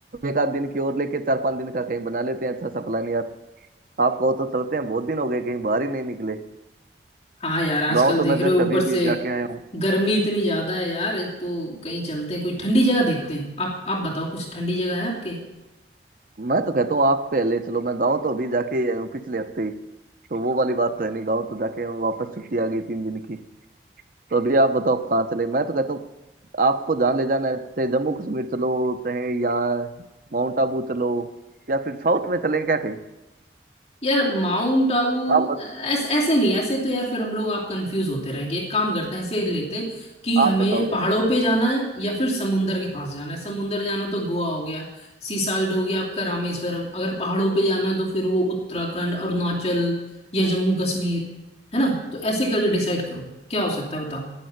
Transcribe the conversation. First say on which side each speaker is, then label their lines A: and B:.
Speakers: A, on the right; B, on the left.
A: एक आध दिन की और लेके चार पांच दिन का कहीं बना लेते हैं अच्छा सा प्लान यार आप कहो तो चलते हैं बहुत दिन हो गए कहीं बाहर ही नहीं निकले
B: हाँ यार आजकल
A: गाँव तो
B: देख
A: मैं
B: रहे
A: जस्ट
B: हो ऊपर
A: अभी अभी
B: से
A: जाके आया हूँ
B: गर्मी इतनी ज्यादा है यार तो कहीं चलते हैं कोई ठंडी जगह देखते हैं आप आप बताओ कुछ ठंडी जगह है आपके
A: मैं तो कहता हूँ आप पहले चलो मैं गाँव तो अभी जाके ही आया हूँ पिछले हफ्ते ही तो वो वाली बात तो है नहीं गाँव तो जाके वापस छुट्टी आ गई तीन दिन की तो अभी आप बताओ कहाँ चले मैं तो कहता हूँ आपको जहाँ ले जाना है चाहे जम्मू कश्मीर चलो चाहे यहाँ माउंट आबू चलो या फिर साउथ में चलें क्या कहीं
B: यार माउंट आबू
A: आप बस
B: ऐसे ऐसे नहीं ऐसे तो यार फिर हम लोग आप कंफ्यूज होते रहेंगे एक काम करते हैं ऐसे लेते हैं कि हमें
A: आप बताओ
B: पहाड़ों
A: फिर
B: पे जाना है या फिर समुंदर के पास जाना है समुंदर जाना तो गोवा हो गया सी साइड हो गया आपका रामेश्वरम अगर पहाड़ों पे जाना है तो फिर वो उत्तराखंड अरुणाचल या जम्मू कश्मीर है ना तो ऐसे करके डिसाइड करो क्या हो सकता है बताओ